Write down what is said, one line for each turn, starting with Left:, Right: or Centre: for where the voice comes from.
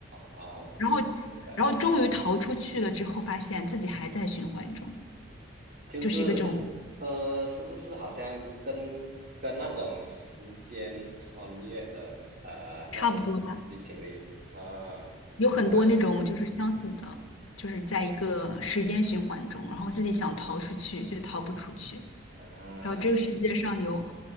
Right: 哦，
Left: 然后
Right: 明白。
Left: 然后终于逃出去了之后，发现自己还在循环中。
Right: 就是，
Left: 就是一个这种
Right: 呃，是不是好像跟跟那种时间穿越的呃那种剧情里啊，
Left: 差不多吧，有很多那种就是相似的，
Right: 明白明白
Left: 就是在一个时间循环中，然后自己想逃出去却逃不出去，
Right: 啊，
Left: 然后这个世界上有